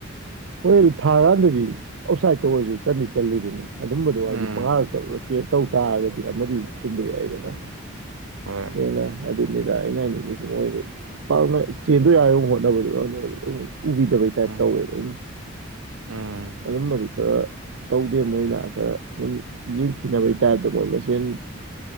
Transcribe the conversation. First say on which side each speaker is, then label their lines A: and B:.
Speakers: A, on the right; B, on the right.
A: ꯍꯣꯏ ꯑꯗꯨ ꯊꯥꯀꯥꯟꯗꯗꯤ ꯑꯥꯎꯠꯁꯥꯏꯗꯠꯇ ꯑꯣꯏꯔꯁꯨ ꯆꯠꯂꯤ ꯆꯠꯂꯤꯗꯨꯅꯤ ꯑꯗꯨꯝꯕꯗꯣ
B: ꯎꯝ
A: ꯍꯥꯏꯗꯤ ꯃꯉꯥꯔꯛꯇ ꯀ꯭ꯔꯤꯌꯦꯠ ꯇꯧ ꯇꯥꯔꯒꯗꯤ ꯑꯃꯗꯤ ꯆꯨꯝꯕ ꯌꯥꯏꯗꯅ
B: ꯍꯣꯏ
A: ꯁꯦꯡꯅ ꯑꯗꯨꯅꯤꯗ ꯑꯩꯅ ꯍꯥꯏꯅꯤꯡꯉꯁꯤ ꯃꯣꯏꯗ ꯄꯥꯛꯅ ꯆꯦꯟꯗ ꯌꯥꯔ ꯍꯣꯠꯅꯕꯗꯨ ꯑꯗꯨꯝ ꯎꯕꯤꯗꯕꯩ ꯇꯥꯏꯞ
B: ꯎꯝ
A: ꯇꯧꯋꯦꯕ ꯑꯗꯨꯝ
B: ꯎꯝ
A: ꯑꯗꯨꯝꯕꯗꯨ ꯈꯔ ꯇꯧꯗꯦ ꯃꯣꯏꯅ ꯈꯔ ꯑꯗꯨꯝ ꯌꯦꯡꯊꯤꯅꯕꯒꯤ ꯇꯥꯏꯞꯇ ꯃꯣꯏ ꯃꯁꯦꯟ